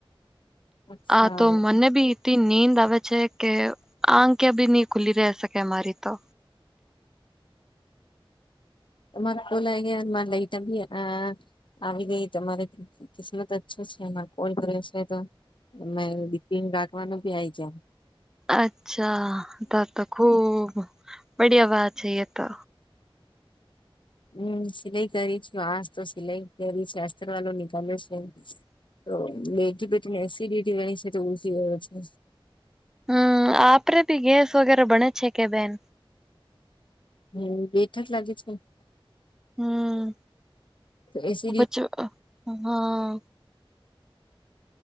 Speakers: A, on the left; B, in the centre.
A: અચ્છા
B: આ તો મને બી નીંદ આવે છે કે આંક્યા બી ની ખુલી રહે શકે મારી તો.
A: <unintelligible> આવી ગઈ તમારે કિસ્મત અચ્છો છે એમાં કોલ કર્યો છે તો નય બિપીન રાગવાનું ભી આઇ જાય.
B: અચ્છા તો તો ખુબ બડિયા વાત હે એ તો.
A: હમ્મ સિલાઈ કરી છું. હાજ તો સિલાઈ કરી છે અસ્ત્રવાળો નીક ચલે છે તો બેગી પટને એસિડિટી વની છે તો ઉી ગયો છે.
B: હમ આપપરેે ભી ગેસ વગેરે બણે છે કે બેન?
A: હમ બેઠક લાગે છે ને.
B: હમ
A: એ સી ડી ટી
B: જમવા હા